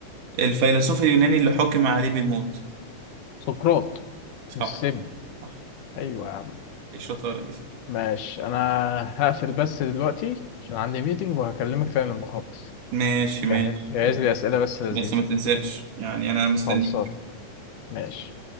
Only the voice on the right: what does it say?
الفيلسوف اليوناني اللي حكم عليه بالموت
صح
صح
ايه الشطاره دي
ماشي
ماشي
بس ما تنساش يعني انا مستني